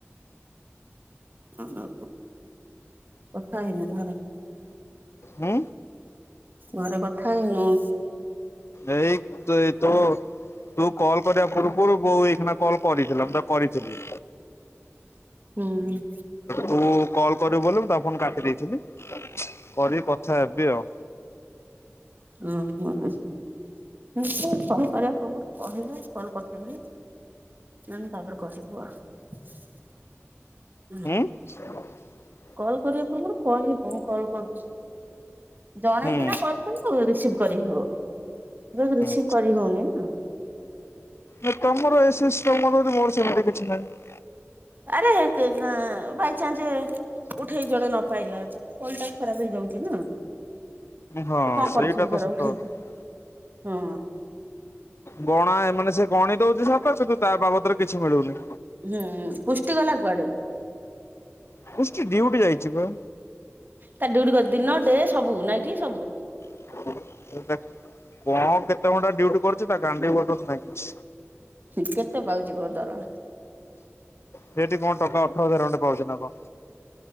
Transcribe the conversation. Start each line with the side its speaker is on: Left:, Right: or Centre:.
Right: ଆଉ କଣ, କଥା ହେଇନ ଘର
Left: ହୁଁ।
Right: ଘରେ କଥା ହେଇନୁ?
Left: ଏଇ ତୁ ଏ ତୋ ତୁ କଲ୍ କରିବା ପୂର୍ବରୁ ବୋଉ ଏଇଖୀନା କଲ୍ କରିଥିଲା, ମୁଁ ତାକୁ କରିଥିଲି।
Right: ହୁଁ।
Left: ତୁ କଲ୍ କରିବୁ ବୋଲି ମୁଁ ତା ଫୋନ କାଟି ଦେଇଥିଲି, କରିକି କଥା ହେବି ଆଉ।
Right: ହଁ- ହଁ। ମୁଁ ତ କଲ୍ କରିବା ପୂର୍ବରୁ କହିବି, କଲ୍ କରୁଛି ବୋଲି। ନହେଲେ ତାପରେ କରିବୁ ଆଉ। <unintelligible>
Left: <inaudible>
Right: କଲ୍ କରିବା ପୂର୍ବରୁ କହିବୁ, ମୁଁ କଲ୍ କରୁଛି। ଜଣେଇକିନା
Left: ହୁଁ
Right: କଲ୍ କଲେ, ରିସିଭ୍ କରିହବ। <unintelligible>
Left: ହୁଁ
Right: ରିସିଭ୍ କରି ହଉନି ନା।
Left: ଏ ତମର ଏ ସିଷ୍ଟମ ଅଛି, ମୋର ସେମିତି କିଛି ନାହିଁ।
Right: ଆରେ <unintelligible> ବାଇଚାଞ୍ଚେ ଉଠେଇ ଜଣେ ନ ପାରିଲା କଲ୍ ଟା ଖରାପ ହେଇଯାଉଚି ନା।
Left: ହଁ
Right: ତୁ କଣ
Left: ସେଇଟା
Right: କରୁଥିବୁ ଧର
Left: ତ ସତ
Right: ଉଠେଇ
Left: କଥା।
Right: ହଁ।
Left: ଗଣା ଏ ମାନେ ସେ ଗଣି ଦଉଚି ସତ କିନ୍ତୁ ତା ବାବଦରେ କିଛି ମିଳୁନି।
Right: ହୁଁ ପୁଷ୍ଟି ଗଲା କୁଆଡ଼େ?
Left: ପୁଷ୍ଟି ଡିଉଟି ଯାଇଚି ପା।
Right: ତାର ଡିଉଟି କରୁଚି ଦିନ ଡେ ସବୁ ନାଇଟ୍ ସବୁ।
Left: <unintelligible> କଣ କେତେ ଘଣ୍ଟା ଡ୍ୟୁଟି କରୁଚି ତା ଗାଣ୍ଡି ମୁଣ୍ଡ ନାଇଁ।
Right: କେତେ ପାଉଚି କଣ ଦରମା?
Left: ସେ ହେଠି କଣ ଟଙ୍କା ଅଠର ହଜାର ଖଣ୍ଡେ ପାଉଚି ନା କଣ।